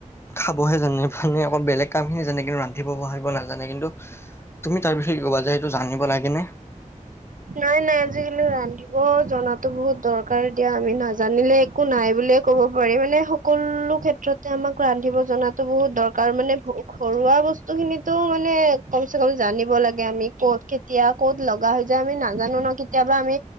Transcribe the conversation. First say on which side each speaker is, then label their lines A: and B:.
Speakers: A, on the left; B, on the right.
A: খাবহে জানে। মানে অকল বেলেগ কামখিনি জানে। কিন্তু ৰান্ধিব-বাঢ়ি ব নাজানে। কিন্তু তুমি তাৰ বিষয়ে কি ক'বা যে এইটো জানিব লাগে নে?
B: নাই নাই, আজিকালি ৰান্ধিব জনাতো বহুত দৰকাৰ দিয়া। আমি নাজানিলে একো নাই বুলিয়ে ক'ব পাৰি। মানে সকলো ক্ষেত্ৰতে আমাক ৰান্ধিব জনাতো বহুত দৰকাৰ। মানে ভো ঘৰুৱা বস্তুখিনিতো মানে কমচে কম জানিব লাগে। আমি ক'ত কেতিয়া ক'ত লগা হৈ যায় আমি নাজানো ন। কেতিয়াবা আমি